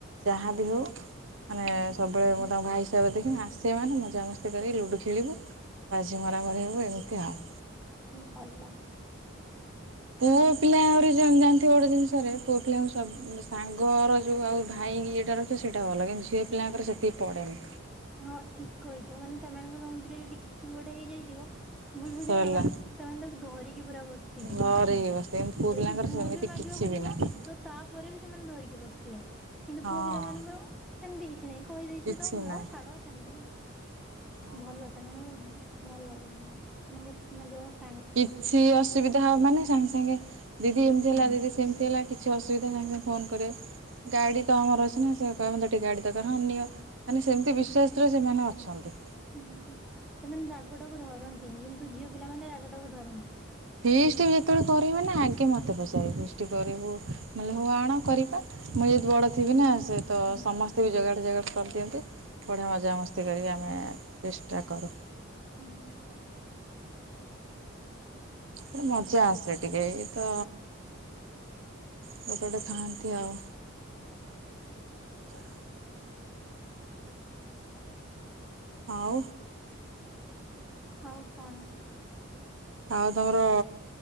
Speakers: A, on the right; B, in the centre.
A: ଯାହା ବିି ହେଉ ମାନେ
B: ହୁଁ
A: ସବୁବେଳେ ମୁଁ ତାଙ୍କ ଭାଇ ହିସାବରେ ଦେଖିମି ଆସିବେ ମାନେ ମଜାମସ୍ତି କରି ଲୁଡୁ ଖେ ଳିବୁ ବାଜି ମରାମରି ହେବୁ ଏମିତି ଆଉ
B: ଭଲ।
A: ପୁଅ ପିଲା ଆହୁରି ଜାଣିଥିବ ଗୋଟେ ଜିନିଷରେ ପୁଅ ପିଲାଙ୍କୁ ସବ ସାଙ୍ଗର ଯୋଉ ଆଉ ଭାଇ। ଏ ଯିଟା ରଖିବ ସେଇଟା ଭଲ କିନ୍ତୁି ଝିଅ ପିଲାଙ୍କର ସେତିକି ପଡେନି।
B: ହଁ ଠିକ କହିଛ ମାନେ ସେମାନଙ୍କ ସମୁଦରେ ଯଦି କିଛି। କିଛି ଗୋଟେ ହେଇଯାଇଥିବ ଭୁଲ ବୁଝାମଣା
A: ସରିଲା
B: ସେମାନେ ତାକୁ ଧରିକି ପୁରା ବସିଥିବେ।
A: ଘରେ ଇଏ ବସିଥିବେ କିନ୍ତୁ ପୁଅ
B: ଯଦି
A: ପିଲାଙ୍କର
B: ଭୁଲ
A: ସେମିତି
B: ବି ମାଗିବାକୁ
A: କିଛି ବି
B: ଯିବ
A: ନାହିଁ
B: ତ ତାପରେ ବି ସେମାନେ ଧରିକି ବସିଥିବେ। କିନ୍ତୁ
A: ହଁ।
B: ପୁଅ ପିଲା ମାନଙ୍କର ସେମିତି କିଛି ନାହିଁ କହିଦେଇଛୁ
A: କିଛି
B: ତ ହଉ
A: ନାହିଁ।
B: ମତି
A: ହଁ।
B: ଭଲ ସେମାନଙ୍କୁ ଭଲ ଲାଗେ ସେମାନଙ୍କୁ ସେ ଯଉ। <unintelligible>
A: କିଛି ଅସୁବିଧା ହବ ମାନେ ସାଙ୍ଗେ ସାଙ୍ଗେ ଦିଦି ଏମିତି
B: ହୁଁ।
A: ହେଲା, ଦିଦି ସେମିତି ହେଲା, କିଛି ଅସୁବିଧା ସାଙ୍ଗେ ସାଙ୍ଗେ ଫୋନ କରିବେ। ଗାଡି ତ ଆମର ଅଛି ନା ସେ କହିବେ ମତେ ଟିକେ ଗାଡି ଦରକାର ହଁ ନିଅ ମାନେ ସେମିତି ବିଶ୍ଵାସରେ ସେମାନେ ଅଛନ୍ତି।
B: ହୁଁ ସେମାନେ ରାଗ ଟାକୁ ଧରନ୍ତିନି କିନ୍ତୁ ଝିଅ ପିଲାମାନେରାଗ ଟାକୁ ଧରନ୍ତି।
A: ଫିସ୍ଟି ବି ଯେତେବେଳେ କରିବେ ନା ଆଗେ ମତେ ପଚାରିବେ ଫିଷ୍ଟି କରିବୁ ମୁଁ କହିଲି ହଉ ଆଣ କରିବା ମୁଁ ଯଦି ବଡ଼ ଥିବି ନା ସେହିତ
B: ହୁଁ।
A: ସମସ୍ତେ ବି ଜାଗାରେ <unintelligible> କରିଦିଅନ୍ତି ବଢ଼ିଆ ମଜାମସ୍ତି କରିକି ଆମେ ଫିଷ୍ଟଟା କରୁ।
B: ହୁଁ।
A: ଏଟା ମଜା ଆସେ ଟିକେ ତ ଗୋଟେ ଗୋଟେ ଥାନ୍ତି ଆଉ ଯା ଆଉ।
B: ଆଉ କଣ।
A: ଆଉ ତମର